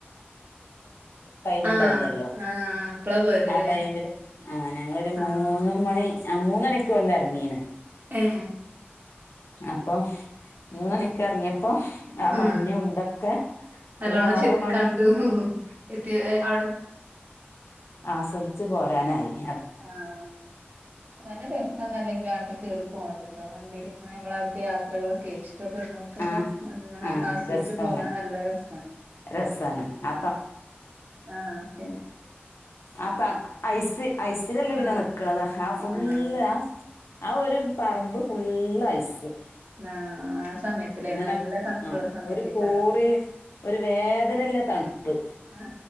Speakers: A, on the left; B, on the right.
A: ടൈമ്
B: ആഹ്
A: ഉണ്ടായിനല്ലോ
B: ആഹ് അപ്പളാ പോയതല്ലേ
A: ആ ടൈമില് <inaudible> ആ ഞങ്ങളൊരു മൂന്ന്
B: ആഹ്
A: മണി ആ മൂന്നരാക്ക് വുട്ന്ന് ഇറങ്ങീന്
B: ആഹ
A: അപ്പൊ മൂന്നണിക്ക് ഇറിങ്ങിയപ്പോ ആ
B: ആഹ്
A: മഞ്ഞും ഇതൊക്കെ <inaudible>
B: നല്ലോണം
A: ഒ ആറ്
B: ശരിക്ക്
A: മണി
B: കണ്ടു എത്തി അവിടെ
A: ആസ്വദിച്ചു പോരാനായി <inaudible>
B: ആഹ നല്ല രസാണല്ലെങ്കിലും കാട്ടിക് കേറി പോണത്ട്ടോ വണ്ടീൽ ഇങ്ങനെ നമ്മൾ ഇഷ്ടപ്പെടുന്നവർക്കൊക്കെ
A: ആ
B: അങ്ങനെ
A: ആ
B: ആസ്വദിച്ച്
A: രസാണ്
B: പോകാൻ നല്ല രസമാണ്
A: <inaudible>
B: ആഹ് പിന്നെ
A: ആ ത ഐസ് ഐസിലല്ലേ പിന്നെ
B: ആഹ്
A: നിക്കണത് ഹ ഫുള്ള്
B: ആഹ്
A: ആ ആ ഒരു പറമ്പ് ഫുള്ള് ഐസ് <inaudible>
B: ആ ആസമയത്തില്ലേ
A: ഇങ്ങനെ
B: നല്ല തണുപ്പുള്ള
A: ആ
B: സമയത്തേക്കാരപ്പോ
A: ഒരു കോറി ഒരു വേദനല്ല തണുപ്പ്
B: ആ